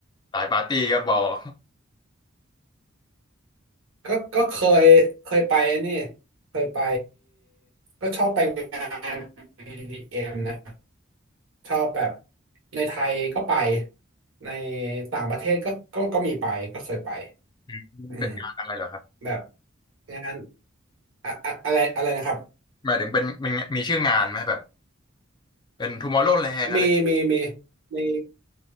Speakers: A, on the left; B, on the right.
A: สายปาร์ตี้ก็บอก
B: ก็ก็เคยเคยไปไอ้นี่เคยไปก็ชอบไปงานอ d m นะชอบแบบในไทยก็ไปในต่างประเทศก็ก็ก็มีไปก็เคยไป
A: อืม <laughs>
B: อืม
A: เป็นงานอะไรเหรอครับ
B: แบบงานอะอะอะไรอะไรนะครับ
A: หมายถึงเป็นเป็นมีชื่องานไหมแบบเป็น Tomorrowland อร์โรแลนด์อะไร
B: มีมีมีมี